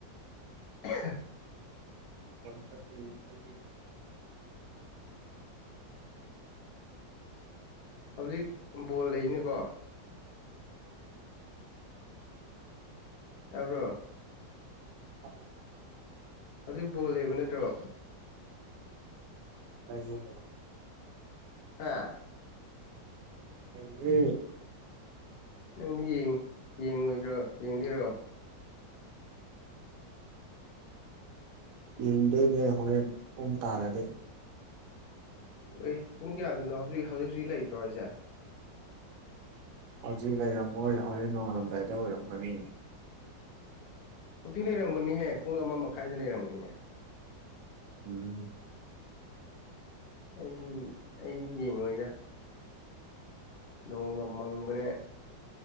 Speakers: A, on the left; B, on the right.
A: <unintelligible>
B: ꯋꯥꯔꯜ ꯀꯞ <unintelligible> <unintelligible>
A: ꯍꯧꯖꯤꯛ ꯕꯣꯜ ꯂꯩꯅꯦꯀꯣ ꯇꯥꯕ꯭ꯔꯣ
B: ꯇꯥꯢ ꯇꯥꯢ
A: ꯍꯧꯖꯤꯛ ꯕꯣꯜ ꯂꯩꯕ ꯅꯠꯇ꯭ꯔꯣ
B: ꯂꯩꯌꯦ ꯂꯩꯌꯦ
A: ꯍꯥꯥ
B: ꯂꯩꯌꯦ
A: ꯅꯪ ꯌꯦꯡ ꯌꯦꯡꯉꯣꯏꯗ꯭ꯔꯣ ꯌꯦꯡꯗꯣꯏꯔꯣ
B: ꯌꯦꯡꯗꯣꯏꯅꯧ ꯍꯣꯔꯦꯟ ꯄꯨꯡ ꯇꯔꯥꯗꯤ
A: ꯑꯣ ꯑꯦ ꯄꯨꯡ ꯀꯌꯥꯗꯅꯣ ꯍꯧꯖꯤꯛ ꯍꯧꯖꯤꯛ ꯍꯧꯖꯤꯛ ꯂꯩꯇ꯭ꯔꯣ ꯍꯥꯏꯁꯦ
B: ꯍꯧꯖꯤꯛ ꯂꯩꯔꯝꯃꯣꯏ ꯍꯣꯔꯦꯟ ꯅꯣꯡꯉꯥꯜꯂꯝꯗꯥꯏꯗ ꯑꯣꯏꯔꯝꯒꯅꯤ
A: ꯍꯧꯖꯤꯛ ꯂꯩꯔꯝꯒꯅꯤꯍꯦ ꯄꯨꯡ ꯑꯃ ꯃꯈꯥꯏꯗ ꯂꯩꯔꯝꯒꯅꯤ
B: ꯎꯝ
A: ꯑꯩꯗꯤ ꯑꯩꯗꯤ ꯌꯦꯡꯉꯣꯏꯗ ꯅꯣꯡꯒ ꯃꯪꯕꯅꯦ